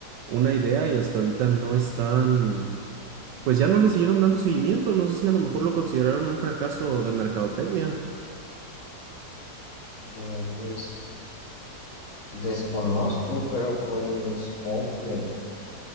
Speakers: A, on the right; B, on the left.
A: una idea y hasta ahorita no están, pues ya no le siguieron dando seguimiento. No sé si a lo mejor lo consideraron un fracaso de mercadotecnia.
B: Eh, pues desconozco, pero pues supongo que,